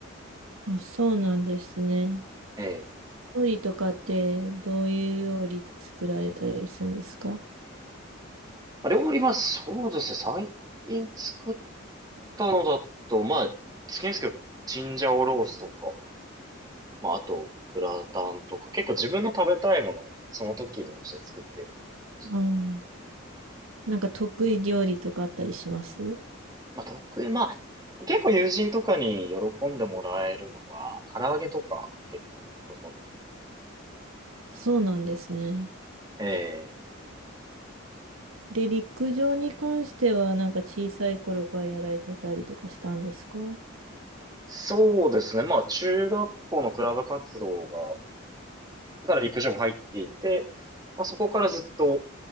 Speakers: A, on the right; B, on the right.
A: あ、そうなんですね。
B: ええ
A: 料理とかって、どういう料理作られたりするんですか
B: まあ、料理はそうですね、最近作ったのだと、まあ、好きですけど、チンジャオロースとまあ、あと、グラタンとか、結構自分の食べたいものをその時に応じて作ってるっていう感じです。
A: あーなんか得意料理とかあったりします
B: まあ、得意、まあ、結構友人とかに喜んでもらえるのは、唐揚げとか結構喜んでも
A: そうなんですね。
B: らえる。ええ
A: で、陸上に関しては、なんか小さい頃からやられてたりとかしたんですか
B: そうですね。まあ、中学校のクラブ活動が、だから陸上部入っていて、まあ、そこからずっと